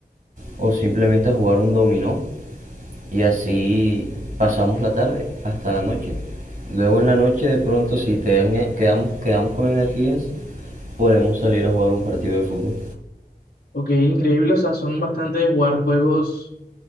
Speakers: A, on the right; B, on the left.
A: o simplemente a jugar un dominó y así pasamos la tarde hasta la noche. Luego en la noche de pronto si te dan- eh, quedamos, quedamos con energías, podemos salir a jugar un partido de fútbol.
B: Ok, increíble, o sea, son bastante de jugar juegos